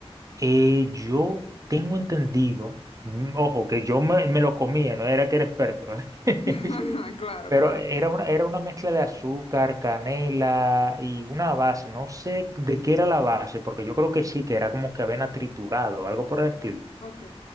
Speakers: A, on the right; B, on the left.
A: Eh, yo tengo entendido, mm, ojo, que yo me, me lo comía, no era que era experto. <laughs>
B: <laughs> Claro,
A: Pero
B: claro.
A: era una, era una mezcla de azúcar, canela y una base. No sé de qué era la base, porque yo creo que sí, que era como que avena triturada o algo por el estilo.
B: Ok,